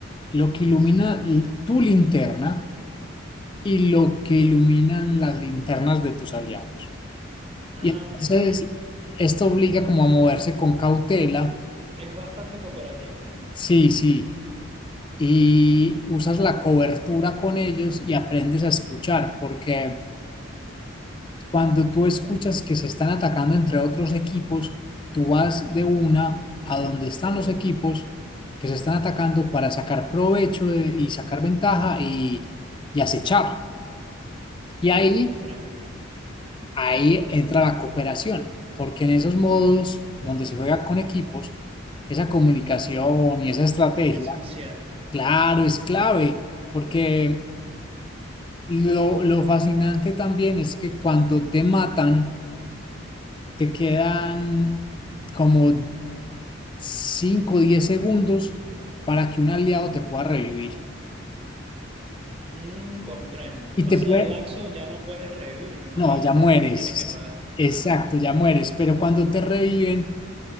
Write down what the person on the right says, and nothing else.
Ah,
entiendo.
Es bastante cooperativo también.
Mm,
comprendo.
Es esencial.
Mm, comprendo.
Pasado
el laxo ya no puedes revivir, me imagino.
o Tienes que pagar.
Ah,
mm,